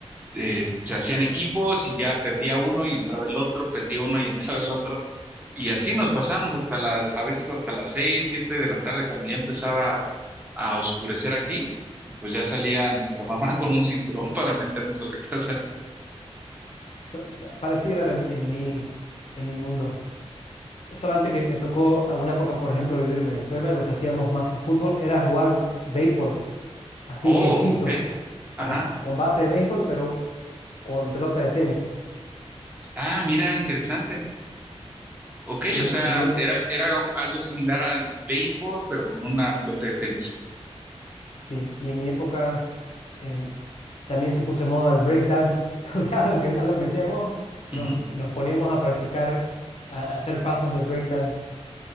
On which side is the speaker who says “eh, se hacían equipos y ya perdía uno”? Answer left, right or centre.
Right